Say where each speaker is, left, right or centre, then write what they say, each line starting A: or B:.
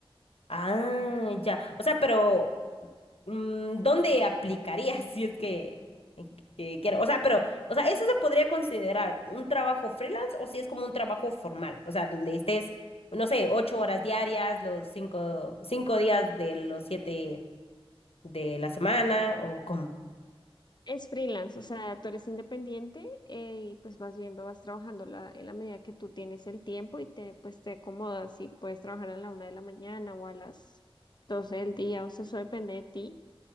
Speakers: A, on the left; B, on the left.
A: ah, ya. O sea, pero mm, ¿dónde aplicaría <laughs> si es que, que quiero? O sea, pero, o sea, ¿eso se podría considerar un trabajo freelance o si es como un trabajo formal? O sea, donde estés, no sé, ocho horas diarias, los cinco, cinco días de los siete de la semana, o cómo.
B: Es freelance, o sea, tú eres independiente eh, y pues vas viendo, vas trabajando la, en la medida que tú tienes el tiempo y te, pues te acomodas y puedes trabajar a la una de la mañana o a las 12 del día, o sea, eso depende de ti